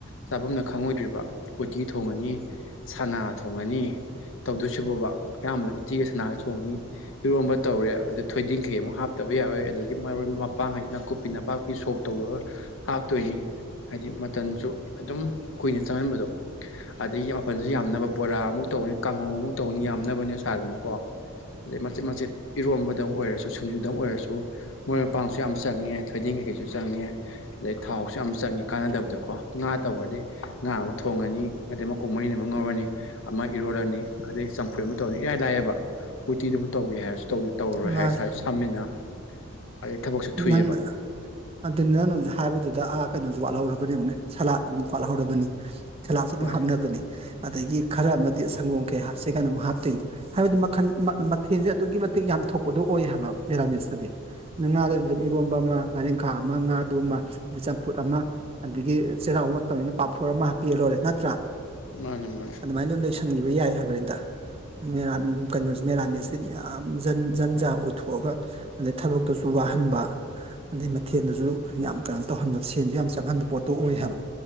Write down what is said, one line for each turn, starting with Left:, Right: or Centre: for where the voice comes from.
Left: ꯆꯥꯐꯝꯅ ꯈꯪꯉꯣꯏꯗ꯭ꯔꯤꯕ ꯎꯇꯤ ꯊꯣꯡꯉꯅꯤ ꯁꯅꯥ ꯊꯣꯡꯉꯅꯤ ꯇꯧꯗꯣꯏꯁꯤꯕꯣꯕ ꯑꯌꯥꯝꯕꯅ ꯎꯠꯇꯤꯒ ꯁꯅꯥꯒꯥ ꯊꯣꯡꯉꯅꯤ ꯏꯔꯣꯝꯕ ꯇꯧꯔꯦ ꯑꯗ ꯊꯣꯏꯗꯡ ꯀꯩꯃꯨꯛ ꯍꯥꯞꯇꯕ ꯌꯥꯔꫭꯏ ꯑꯗꯒꯤ ꯃꯔꯣꯏ ꯃ ꯄꯥꯡ ꯉꯩꯁꯤ ꯅꯥꯀꯨꯞꯄꯤ ꯅꯅꯥꯄꯥꯛꯄꯤ ꯁꯣꯛ ꯇꯧꯔꯒ ꯍꯥꯞꯇꯣꯏꯅꯤ ꯍꯥꯏꯗꯤ ꯃꯇꯝꯁꯨ ꯑꯗꯨꯝ ꯀꯨꯏꯅ ꯆꯪꯍꯟꯕꯗꯣ ꯑꯗꯗꯒꯤ ꯃꯥꯄꯜꯁꯨ ꯌꯥꯝꯅꯕ ꯕꯣꯔꯥ ꯑꯃꯨꯛ ꯇꯧꯅꯤ ꯀꯥꯡꯍꯧ ꯑꯃꯨꯛ ꯇꯧꯅꯤ ꯌꯥꯝꯅꯕꯅꯦ ꯁꯥꯗꯅꯀꯣ ꯑꯗꯩ ꯃꯆꯦꯠ ꯃꯆꯦꯠ ꯏꯔꯣꯝꯕ ꯗꯪ ꯑꯣꯏꯔꯁꯨ ꯁꯤꯡꯖꯨꯗꯪ ꯑꯣꯏꯔꯁꯨ ꯃꯔꯣꯏ ꯃꯄꯥꯡꯁꯨ ꯌꯥꯝ ꯆꯪꯉꯦ ꯊꯣꯏꯗꯡ ꯀꯩꯀꯩꯁꯨ ꯆꯪꯉꯦ ꯑꯗꯩ ꯊꯥꯎꯁꯨ ꯌꯥꯝ ꯆꯪꯉꯤ ꯀꯥꯟꯅꯗꯕꯗꯀꯣ ꯉꯥ ꯇꯧꯈ꯭ꯔꯗꯤ ꯉꯥ ꯑꯃ ꯊꯣꯡꯉꯅꯤ ꯑꯗꯩ ꯃꯀꯣꯛ ꯃꯔꯤꯟ ꯑꯃ ꯉꯧꯔꯅꯤ ꯑꯃ ꯏꯔꯣꯜꯂꯅꯤ ꯑꯗꯩ ꯆꯝꯐꯨꯔꯤ ꯑꯃ ꯇꯧꯔꯅꯤ ꯏꯔꯥꯏ ꯂꯥꯏꯑꯌꯦꯕ ꯎꯇꯤꯗꯨꯕꯨ ꯇꯧꯒꯦ ꯍꯥꯏꯔꯁꯨ ꯇꯧꯔꯣꯏ
Right: ꯉꯥꯏ
Left: ꯍꯥꯏ ꯁꯝꯃꯤꯅ ꯑꯗꯩ ꯊꯕꯛꯁꯨ
Right: ꯅꯪꯅꯥ
Left: ꯊꯨꯏꯑꯕ
Right: ꯑꯗꯨ ꯅꯪ ꯅꯍꯧꯖꯤꯡ ꯍꯥꯏꯕꯗꯨꯗ ꯑꯥ ꯀꯩꯅꯣꯁꯨ ꯋꯥꯠꯍꯧꯔꯕꯅꯤ ꯑꯃꯨꯛꯅꯦ ꯁꯂꯥꯠ ꯑꯃꯨꯛ ꯋꯥꯠꯍꯧꯔꯕꯅꯤ ꯁꯦꯂꯥꯞꯁꯨ ꯑꯗꯨꯝ
Left: ꯍꯣꯏ
Right: ꯍꯥꯞꯅꯕꯅꯤ ꯑꯗꯒꯤ ꯈꯔ ꯑꯃꯗꯤ ꯁꯪꯒꯣꯝ ꯀꯩ ꯍꯥꯞꯁꯦ ꯀꯥꯏꯅ ꯑꯃꯨꯛ ꯍꯥꯞꯇꯣꯏꯅꯤ ꯍꯥꯏꯕꯗꯤ ꯃꯈꯟ ꯃꯊꯦꯜꯁꯦ ꯑꯗꯨꯛꯀꯤ ꯃꯇꯤꯛ ꯌꯥꯝ ꯊꯣꯛꯄꯗꯣ ꯑꯣꯏ ꯍꯥꯏꯕ ꯃꯦꯔꯥꯃꯤꯟꯁꯇꯗꯤ ꯑꯗꯨ ꯉꯗꯥꯗꯤ ꯑꯗꯨꯝ ꯏꯔꯣꯝꯕ ꯑꯃ ꯉꯥꯔꯤꯡꯈꯥ ꯑꯃ ꯉꯥꯗꯨ ꯑꯃ ꯑꯗꯩ ꯆꯝꯐꯨꯠ ꯑꯃ ꯑꯗꯒꯤ ꯆꯩꯔꯥꯎꯕ ꯃꯇꯝꯅꯤꯅ ꯄꯥꯐꯣꯔ ꯑꯃ ꯍꯥꯞꯄꯤꯔꯥ ꯂꯣꯏꯔ° ꯅꯠꯇ꯭ꯔꯥ
Left: ꯃꯥꯅꯤ ꯃꯥꯅꯤ
Right: ꯑꯗꯨꯃꯥꯏꯅ ꯂꫭꯏ ꯂꯣꯏꯁꯤꯟꯈꯤꯕ ꯌꯥꯏ ꯍꯥꯏꯕꯅꯤꯗ <inaudible> ꯃꯦꯔꯥꯕꯤꯁꯤ ꯌꯥꯝꯖꯟ ꯖꯟꯖꯥ ꯎꯊꯣꯛꯑꯒ ꯑꯗꯩ ꯊꯕꯛꯇꯁꯨ ꯋꯥ ꯍꯟꯕ ꯑꯗꯩ ꯃꯊꯦꯜꯗꯁꯨ ꯌꯥꯝ ꯀꯩꯅꯣ ꯇꯧꯍꯟꯕ ꯁꯦꯟꯁꯨ ꯌꯥꯝ ꯆꯪꯍꯟꯕ ꯄꯣꯠꯇꯨ ꯑꯣꯏ ꯍꯥꯏꯕ